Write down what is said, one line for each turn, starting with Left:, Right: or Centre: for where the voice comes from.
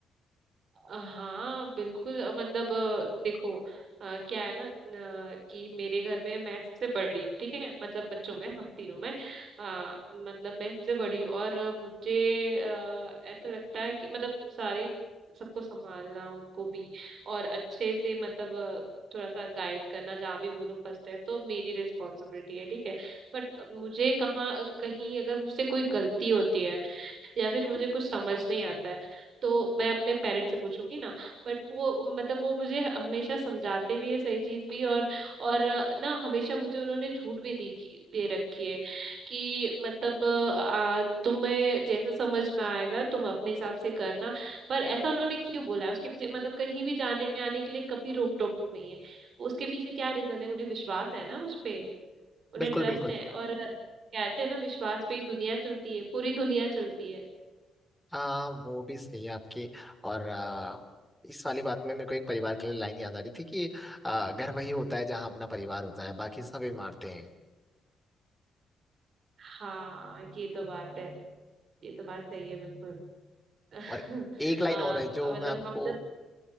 Right: हाँ बिल्कुल अ, मतलब अ, देखो अ, क्या है ना अ, कि मेरे घर में मैं सबसे बड़ी हूँ ठीक है मतलब बच्चों में हम तीनों में अ, मतलब मैं सबसे बड़ी हूँ और अ, मुझे अ, ऐसा लगता है कि मतलब सारी सबको संभालना उनको भी और अच्छे से मतलब अ, थोड़ा सा गाइड करना जहाँ भी वो लोग फंसते हैं तो मेरी रिस्पॉन्सिबिलिटी है ठीक है बट मुझे कहाँ कहीं अगर मुझसे कोई गलती होती है या फिर मुझे कुछ समझ नहीं आता है तो मैं अपने पेरेंट्स से पूछूंगी ना बट वो मतलब वो मुझे हमेशा समझाते भी है सही चीज भी और और अ, ना हमेशा मुझे उन्होंने छूट भी दी दे रखी है कि मतलब अ, तुम्हें जैसे समझ में आएगा तुम अपने हिसाब से करना पर ऐसा उन्होंने क्यों बोला है उसके पीछे मतलब कहीं भी जाने आने के लिए कभी रोक टोक नहीं है उसके पीछे क्या रीजन है उन्हें विश्वास है ना मुझ पे उन्हें
Centre: बिल्कुल
Right: ट्रस्ट
Centre: बिल्कुल
Right: है और कहते हैं ना विश्वास पे ही दुनिया चलती है पूरी दुनिया चलती है
Centre: हाँ वो भी सही है आपकी और आ, इस वाली बात में मेरे को एक परिवार के लिए लाइन याद आ रही थी कि आ, घर वही होता है जहाँ अपना परिवार होता है बाकी सब इमारतें हैं
Right: हाँ ये तो बात है ये तो बात सही है बिल्कुल <laughs>
Centre: और एक लाइन
Right: हाँ
Centre: और है जो
Right: मतलब
Centre: मैं आपको
Right: हम जब